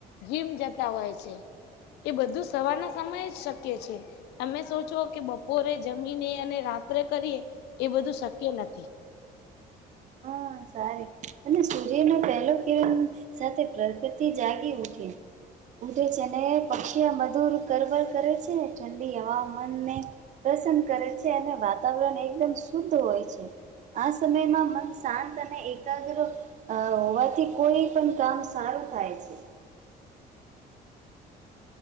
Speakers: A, on the left (about 80°); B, on the right (about 45°).
A: જીમ જતા હોય છે. એ બધું સવારના સમયે જ શક્ય છે તમે સોચો કે બપોરે જમીને અને રાત્રે કરીએ એ બધું શક્ય નથી
B: હા સાર અને સુર્યનો પેહલો કિ સાથે પ્રગતિ જાગી ઉઠી ઉધે છે અને પક્ષી મધુર કરવર કરે છે ઠંડી હવામાનને પ્રસન્ન કરે છે અને વાતાવરણ એકદમ શુદ્ધ હોય છે આ સમયમાં મન શાંત અને એકાગ્ર હોવાથી કોઈ પણ કામ સારું થાય છે